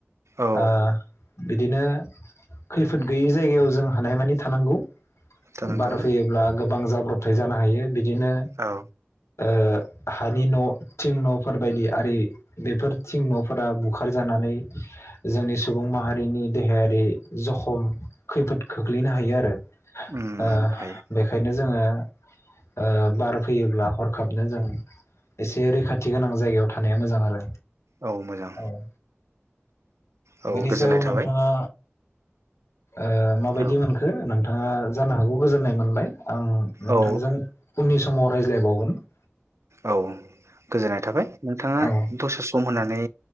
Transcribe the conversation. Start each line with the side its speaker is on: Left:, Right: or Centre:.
Right: औ
Left: ओ। बिदिनो खैफोद गैयै जायगायाव जों हानायमानि थानांगौ।
Right: जानांगौ
Left: बार फैयोब्ला गोबां जाब्रब <unintelligible> बिदिनो
Right: औ
Left: ओ हानि न' थिं न'फोर बायदि आरि बेफोर थिं न'फोरा बुखारजानानै जोंनि सुबुं माहारिनि देहायारि जखम खैफोद खोख्लैनो हायो आरो। आ
Right: उम उम हायो
Left: बेखायनो। ओ ओ बार फैयोब्ला हर- खाबनो जों एसे रैखाथि गोनां जायगायाव थानाया मोजां आरो
Right: औ मोजां
Left: औ
Right: औ
Left: बेनि
Right: गोजोननाय
Left: सायाव
Right: थाबाय
Left: नोंथाङा ओ माबायदि
Right: औ
Left: मोनखो नों नोंथाङा जानो हागौ गोजोननाय मोनबाय। आं नोंथांजों
Right: औ
Left: उननि समाव राय <unintelligible>
Right: औ गोजोननाय थाबाय नोंथाङा
Left: औ
Right: दसे सम होननानै